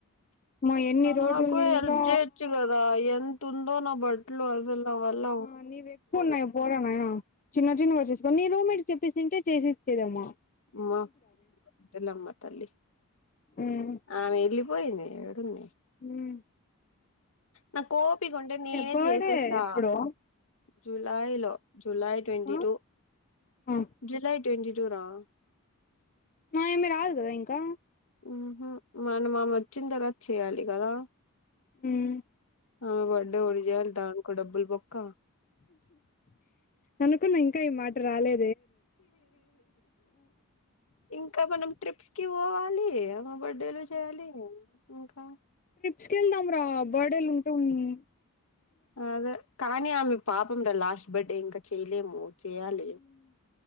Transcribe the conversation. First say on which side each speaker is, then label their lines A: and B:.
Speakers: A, on the left; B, on the left.
A: అమ్మా ఎన్ని రోజులు
B: నాకు హెల్ప్
A: ఇంకా
B: చేయొచ్చు కదా ఎంతుందో నా బట్టలు అసలు నావల్ల
A: ఆ నీవి ఎక్కువుతున్నాయి పోరా నాయనా చిన్న చిన్నగా వచ్చేసుకోని మీ రూమెంట్కి చెప్పేసింటే చేసిచ్చేదమ్మా
B: మా వద్దులేమ్మ తల్లి
A: ఉమ్
B: ఆమె ఏల్లి పోయింది ఎడుంది
A: ఉమ్మ్
B: నాకు ఓపిక ఉంటే నేనే
A: బర్డే
B: చేసేస్తా
A: ఎప్పుడో
B: జూలైలో జులై ట్వంటీ
A: ఆ
B: టు
A: ఆ
B: జూలై ట్వంటీ టూ రా
A: ఆయమ్మి రాదు కదా ఇంకా
B: మ్మ్ఉహ్మ్ మనం ఆమె వచ్చిన తర్వాత చేయ్యాలి కదా
A: ఉమ్మ్
B: ఆమె బర్త్డే ఒకటి చెయ్యాలి దానికో డబ్బులు బొక్క
A: అనుకున్న ఇంకా ఈ మాట రాలే
B: ఇంకా మనం ట్రిప్స్కి పోవాలి బర్డేలు చేయాలి ఇంకా
A: సుకెళ్దాంరా బర్డేలు ఉంటే ఉన్ని
B: అదే కానీ ఆమె పాపం రా లాస్ట్ బర్డే ఇంకా చేయలేము చేయాలి